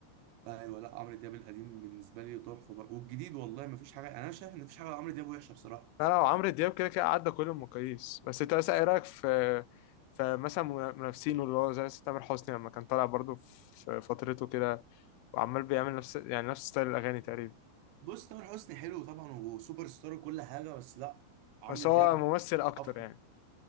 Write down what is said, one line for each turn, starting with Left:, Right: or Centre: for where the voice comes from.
Right: ايوه لا عمرو دياب القديم بالنسبه لي تحفه برضه والجديد والله ما فيش حاجه انا شايف ان مفيش حاجه عمرو دياب وحشه بصراحه
Left: لا لا عمرو دياب كده كده عدى كل المقاييس بس انت مثلا ايه رايك في فمثلا منافسينه اللي هو زي تامر حسني لما كان طالع برضه في فترته كده وعمال بيعمل نفس يعني نفس ستايل الاغاني تقريبا
Right: بص تامر حسني حلو طبعا وسوبر ستار وكل حاجه بس لا عمرو
Left: بس
Right: دياب
Left: هو ممثل اكتر
Right: افضل
Left: يعني